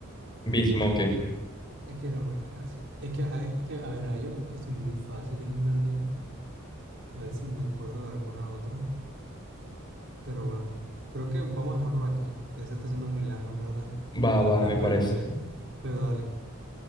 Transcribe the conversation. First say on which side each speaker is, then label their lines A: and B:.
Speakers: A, on the left; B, on the right.
A: Bismoque.
B: Es que era muy fácil. Es que, hay- es que a ver, hay unos que son muy fáciles, en verdad. A ver si me acuerdo de alguna otra. Pero bueno, creo que vamos a dejarlo aquí. Ya se está haciendo muy largo, en verdad.
A: Va, va,
B: las
A: me
B: preguntas.
A: parece.
B: Pero dale.